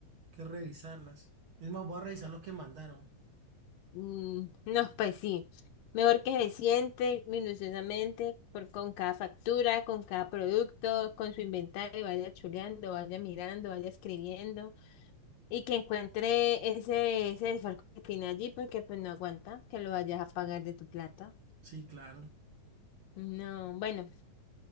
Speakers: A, on the right (about 45°); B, on the left (about 80°).
A: que revisarlas. Es más, voy a revisar lo que mandaron.
B: Mm, No, pues sí. Mejor que se siente minuciosamente por, con cada factura, con cada producto, con su inventario, vaya chuleando, vaya mirando, vaya escribiendo y que encuentre ese, ese desfalco que tiene allí porque pues no aguanta que lo vayas a pagar de tu plata.
A: Sí, claro.
B: No, bueno,